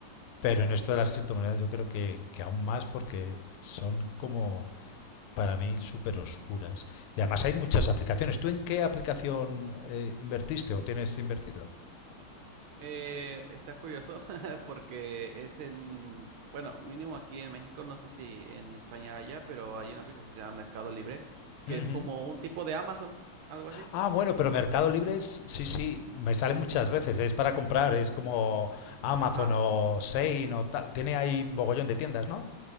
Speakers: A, on the left (about 85°); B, on the right (about 75°).
A: pero en esto de las criptomonedas yo creo que, que aún más porque son como, para mí, súper oscuras. Y además hay muchas aplicaciones. ¿Tú en qué aplicación eh, invertiste o tienes invertido?
B: Eh, está curioso <laughs> porque es en, bueno, mínimo aquí en México, no sé si en España haya, pero hay una aplicación que se llama Mercado Libre, que
A: Ujú.
B: es como un tipo de Amazon, algo así.
A: Ah, bueno, pero Mercado Libre es, sí, sí, me sale muchas veces, es para comprar, es como Amazon
B: Ajá.
A: o Shein o tal, tiene ahí mogollón de tiendas, ¿no?